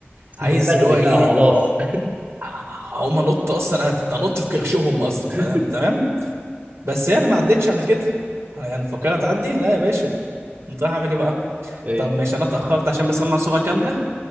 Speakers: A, on the right; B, on the right.
A: عايز
B: بغلي
A: اللي هو
B: بقى
A: ايه
B: خلاص
A: هقوم انط اصلا انط في كرشهم اصلا
B: <laughs>
A: فاهم تمام بس يعني ما عدتش على كده انا يعني فكرت اعدي لا يا باشا انت رايح اعمل ايه بقى
B: ايه
A: طب ماشي انا اتاخرت عشان بسمع صوره كامله